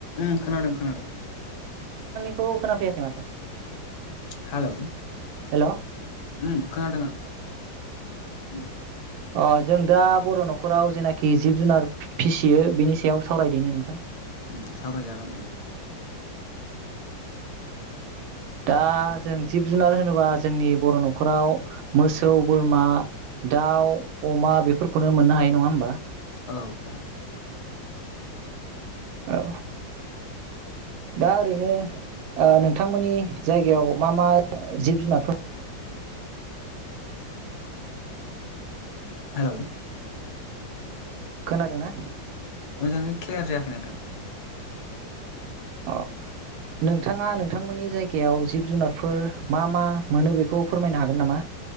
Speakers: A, on the left; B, on the right.
A: उम खोनादों खोनादों।
B: खौ खोना फैयाखै माथो
A: हेलौ
B: हेलौ
A: उम खोनादों आं उम
B: अ जों दा बर' नखराव जेनाखि जिब जुनार फिसियो बिनि सायाव सावरायदिनि नोंथां
A: उम सावरायजागोन उम
B: दा जों जिब जुनार होनोबा जोंनि बर' न'खराव मोसौ बोरमा दाउ अमा बेफोरखौनो मोननो हायो नङा ओमबा?
A: औ औ
B: औ दा ओरैनो ओ नोंथांमोननि जायगायाव मा मा जिब जुनारफोर
A: हेलौ
B: खोनादोंना?
A: <unintelligible> क्लियार जायाखै नोंथां
B: अ नोंथाङा नोंथांमोननि जायगायाव जिब जुनारफोर मा मा मोनो बेखौ फोरमायनो हागोन नामा